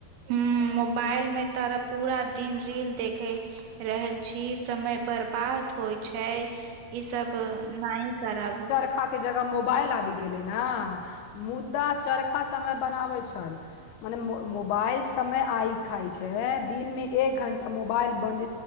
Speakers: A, on the right; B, on the left.
A: हूँ मोबाइल मे तोरा पूरा दिन रील देखै रहल छी समय बरबा द होइ छै ई सब नाई कराबू
B: चरखा के जगह मोबाइल आबि गेले ने मुद्दा चरखा समय बनाबे छल मने मो मोबाइल समय आइ खाइ छै दिनमे एक घण्टा मोबाइल बन्द